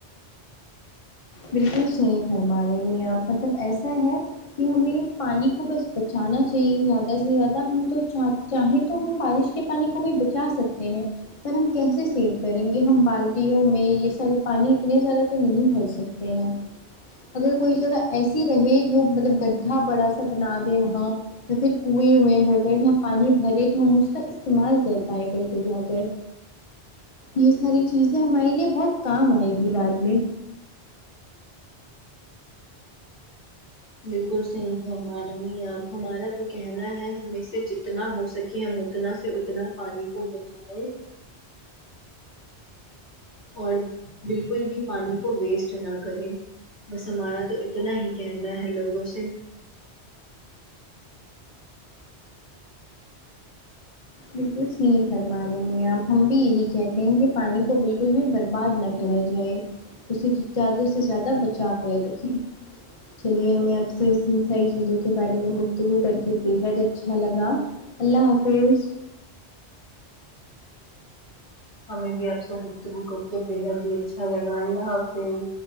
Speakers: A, on the left; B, on the left.
A: بالکل صحیح فرما رہی ہیں آپ مطلب ایسا ہے کی ہمیں پانی کو بس بچانا چاہیے زیادہ سے زیادہ ہم تو چاہ چاہے تو ہم بارش کے پانی کو بھی بچا سکتے ہیں پر ہم کیسے سیو کریں گے ہم بالٹیوں میں یے سارے پانی اتنے زیادہ تو نہیں بھر سکتے تے ہے اگر کوئی جگہ ایسی رہے جو مطلب گڈھا بڑا سا بنا دے وہاں یا پھر کنویں ویں ہو گئے جہاں پانی بھرے تو ہم اس کا استعمال کر پائیں کل کو جا کر یے ساری چیزیں ہمارے لیے بہت کام آئے گی بعد میں
B: بالکل صحیح فرما رہی ہیں آپ ہمارا تو کہنا ہے ہمیں سے جتنا ہو سکے ہم اتنا سے اتنا پانی کو بچائیں اور بالکل بھی پانی کو ویسٹ نہ کریں بس ہمارا تو اتنا ہی کہنا ہے لوگوں سے
A: بالکل صحیح فرما رہی ہیں آپ ہم بھی یہی کہتے ہیں کی پانی کو بالکل بھی برباد نہ کرا جائے اسے زیادہ سے زیادہ بچا کر رکھیں چلیے ہمیں آپ سے اس ساری چیزوں کے بارے میں گفتگو کر کے بےحد اچھا لگا اللہ حافظ
B: ہمیں بھی آپ سے گفتگو کر کے بےحد ہی اچھا لگا اللہ حافظ